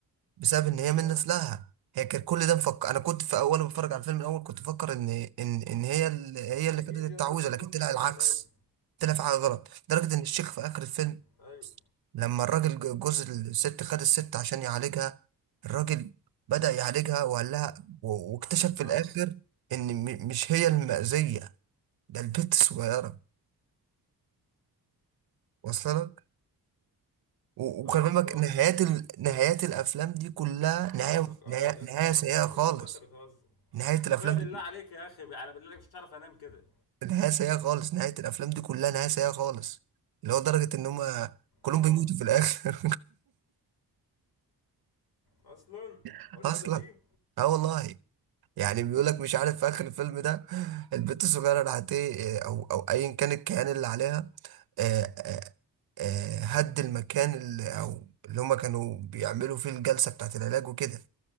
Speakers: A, on the right; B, on the left.
A: بسبب ان هي من
B: حلو
A: نسلها هي كانت كل ده مفكر انا كنت في اول بتفرج على الفيلم الاول كنت بفكر ان ان ان هي اللي هي
B: ما
A: اللي
B: اكيد
A: خدت التعويذه
B: يا اسطى لازم تفكر
A: لكن طلع
B: كده
A: العكس
B: لازم
A: طلع في حاجه غلط لدرجه ان الشيخ في اخر الفيلم
B: ايوه
A: لما الراجل ج- جوز الست خد الست عشان يعالجها الراجل بدأ يعالجها وقال لها و- واكتشف في
B: اه
A: الآخر إن م- مش هي المأذية ده البت الصغيرة واصلة لك و- وخلي
B: اصلا
A: بالك نهايات ال... نهايات الأفلام دي كلها
B: فاهمك
A: نهاية
B: اه
A: نهاية,
B: يا
A: نهاية
B: اسطى يا
A: سيئة
B: نهار ابيض
A: خالص
B: والله انت بتهزر
A: نهاية
B: ما
A: الأفلام
B: كفايه بالله
A: دي
B: عليك يا اخي انا بالله عليك مش عارف انام كده
A: نهاية سيئة خالص نهاية الأفلام دي كلها نهاية سيئة خالص اللي هو درجة إن هما كلهم
B: اه
A: بيموتوا في الآخر
B: اصلا
A: <laughs>
B: هو لسه
A: أصلا
B: فيه
A: اه والله يعني بيقول لك مش عارف في اخر الفيلم ده البنت الصغيره راحت ايه آه، او او ايا كان الكيان اللي عليها آه، آه، آه، هد المكان اللي او اللي هم كانوا بيعملوا فيه الجلسه بتاعت العلاج وكده